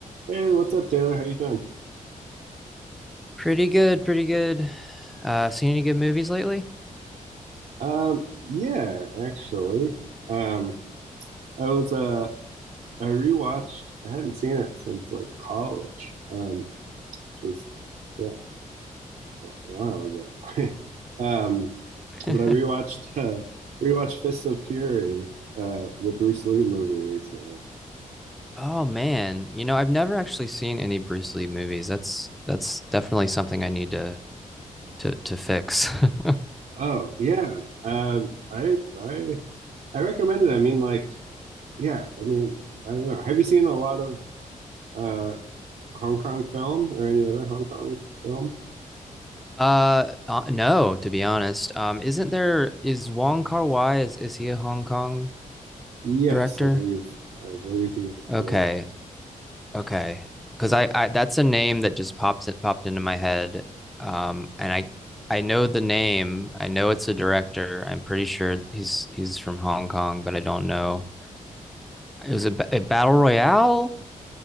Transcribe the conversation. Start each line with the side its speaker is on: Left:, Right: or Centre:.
Right: Hey, what's up, Taylor? How you doing?
Centre: Pretty good, pretty good. Uh, seen any good movies lately?
Right: Um, yeah, actually, um, I was uh, I rewatched. I hadn't seen it since like college, um, which was yeah, a while ago. <laughs> Um,
Centre: <laughs>
Right: but I rewatched <laughs> uh, rewatched Fists of Fury, uh, the Bruce Lee movie recently.
Centre: Oh man, you know, I've never actually seen any Bruce Lee movies. That's that's definitely something I need to to to fix. <laughs>
Right: Oh yeah, um, I I I recommend it. I mean, like yeah, I mean, I don't know. Have you seen a lot of uh Hong Kong film or any other Hong Kong film?
Centre: Uh, uh no, to be honest. Um, isn't there is Wong Kar-wai is is he a Hong Kong
Right: Yes,
Centre: director?
Right: I believe. I believe he is.
Centre: Okay.
Right: Yeah.
Centre: Okay. Because I, I that's a name that just pops it popped into my head. Um, and I I know the name. I know it's a director. I'm pretty sure he's he's from Hong Kong, but I don't know. It was a, a battle royale.